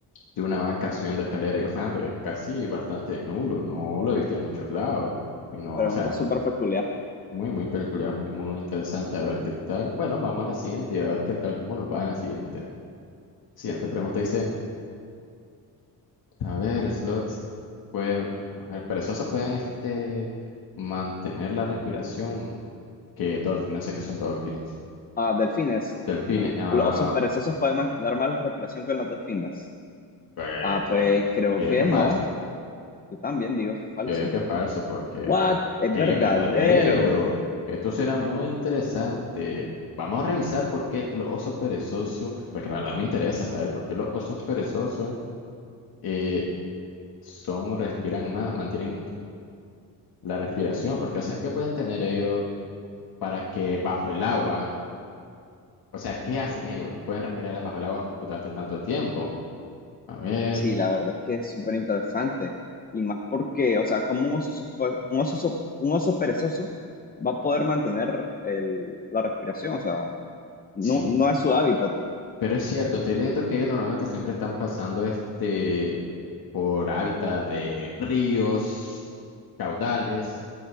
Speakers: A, on the left; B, on the left.
A: de una vaca subiendo escalera y bajando. Es casi bastante nulo, no lo he visto en muchos lados. Y no,
B: Pregunta
A: o sea,
B: súper peculiar.
A: muy, muy peculiar, muy, muy interesante. A ver qué tal. Bueno, vamos a la siguiente y a ver qué tal, cómo nos va en la siguiente. Siguiente pregunta dice, a ver, slots, pues, a ver, perezosos pueden este, mantener la respiración que dolphins, no sé qué son dolphins.
B: Ah, delfines.
A: Delfines,
B: L-
A: ah,
B: ¿Los osos perezosos pueden mantener más la respiración que los delfines?
A: eh,
B: Ah,
A: creo
B: pues
A: que,
B: creo
A: creo
B: que
A: que es
B: no.
A: falso.
B: Yo también digo que es falso.
A: Yo digo que es falso porque
B: What? Es
A: que
B: verdadero.
A: es verdadero. Esto suena muy interesante. Vamos a revisar por qué los osos perezosos, porque la verdad me interesa saber por qué los osos perezosos eh, son, respiran más, mantienen la respiración, porque o sea, ¿qué pueden tener ellos para que bajo el agua, o sea, ¿qué hacen ellos? Pueden respirar bajo el agua durante tanto tiempo. A ver,
B: Sí, la verdad es que es súper interesante. Y más porque, o sea, como un oso, supe- un oso, so- un oso perezoso va a poder mantener el- la respiración? O sea, no,
A: sí.
B: no es su hábitat.
A: Pero es cierto, estoy leyendo que ellos normalmente siempre están pasando este por hábitat de ríos, caudales.